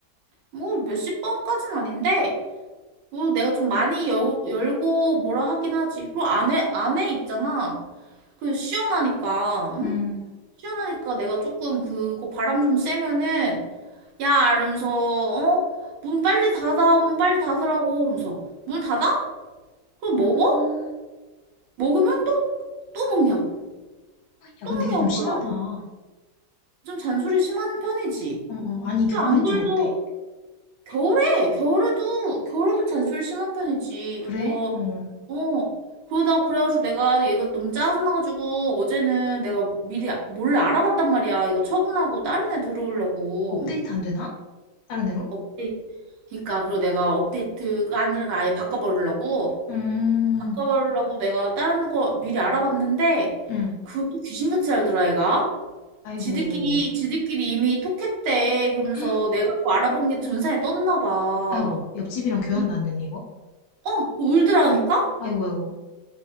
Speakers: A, on the right (about 85°); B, on the left (about 85°).
A: 뭐 몇십 번까진 아닌데, 뭐 내가 좀 많이 열고, 열고 뭐라 하긴 하지. 그리고 안에, 안에 있잖아. 그 시원하니까. 응?
B: 응,
A: 시원하니까 내가 조금 그거 바람 좀 쐬면은 야 이러면서 어? 문 빨리 닫아 문 빨리 닫으라고 그러면서 문 닫아? 그럼
B: 아,
A: 먹어? 먹으면 또 또 먹냐고
B: 야,
A: 또
B: 근데
A: 먹냐고
B: 이게 좀 심하다.
A: 뭐라고
B: 어,
A: 좀 잔소리 심한 편이지
B: 어, 아니,
A: 그래서
B: 겨울엔
A: 안 그래도
B: 좀 어때?
A: 겨울에 겨울에도 겨울에도 잔소리 심한 편이지
B: 그래?
A: 뭐
B: 어,
A: 어 그러다가 그래가지고 내가 얘가 너무 짜증나가지고 어제는 내가 미리 몰래 알아봤단 말이야 이거 처분하고 다른 애 들어오려고
B: 업데이트 안 되나? 다른 애로?
A: 업데이트. 그러니까 그리고 내가 업데이트가 아니라 아예 바꿔버리려고
B: 음,
A: 바꿔버리려고 내가 다른 거 미리 알아봤는데
B: 응.
A: 그것도 귀신같이 알더라 애가.
B: 아이고,
A: 지들끼리 지들끼리 이미 톡했대 그러면서
B: <gasps>
A: 내가 그거 알아본 게 전산에 떴나 봐.
B: 아이고, 옆집이랑 교환도
A: 음,
B: 안 되네, 이거?
A: 어 울더라니까?
B: 아이고, 아이고,